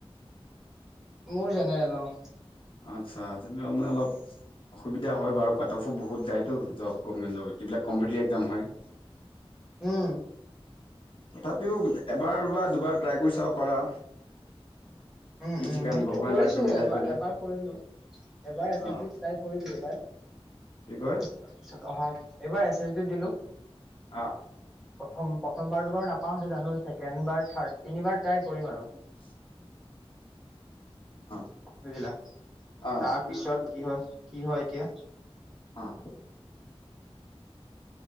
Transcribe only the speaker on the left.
আচ্ছা জেনেৰেল মানে অলপ অসুবিধা হয় বাৰু কাট অফো বহুত যায়তো জব গভমেন্ট জব যাক এক কম্পেটিব এক্সাম হয়।
তথাপিও এবাৰ বা দুবাৰ ট্ৰাই কৰি চাব পাৰা।
কি
ঠিকান
ভগৱানে
লাগটো মিলাই
পেলাই
অ
কি কয়
অ',
<inaudible> অ
অ
হয়।